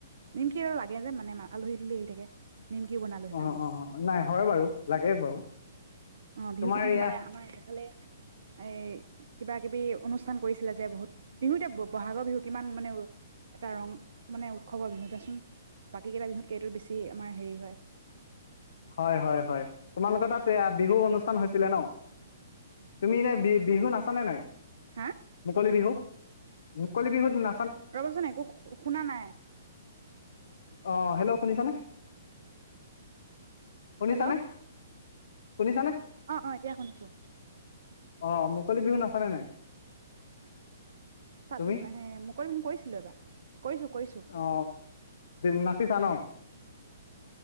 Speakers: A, on the right (about 60°); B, on the left (about 60°).
A: নিমকি আৰু লাগে যে মানে আলহী দুলহী আহি থাকে নিমকিও বনালো সেইকাৰণে
B: অ অ নাই হয় বাৰু লাগে বাৰু
A: অ বিহু
B: তোমাৰ
A: কেইদিন
B: এয়া
A: মানে আমাৰ এফালে এ কিবা কিবি অনুষ্ঠান কৰিছিলে যে বহুত বিহুতে বহাগৰ বিহুত কিমান মানে এটা ৰং মানে উৎসৱৰবিহুত চোন বাকী কেইটা বিহুতকে এইটো বেছি আমাৰ হেৰি হয়
B: হয় হয় হয় তোমালোকৰ তাত এ বিহু অনুষ্ঠান হৈছিলে ন তুমি এনে বি বিহু নাচানে নাই
A: হা
B: মুকলি বিহু মোকলি বিহুত ন
A: ৰবাচোন একো শুনা নাই
B: অ হেল্ল' শুনিছানে শুনিছা
A: হেল্ল'
B: নে শুনিছানে
A: অ অ এতিয়া শুনিছো
B: অ মুকলি বিহু নাচানে নাই
A: মুকলি
B: তুমি
A: বিহুকৰিছিলো এবাৰ কৰিছো কৰিছো
B: অ ন ছা ন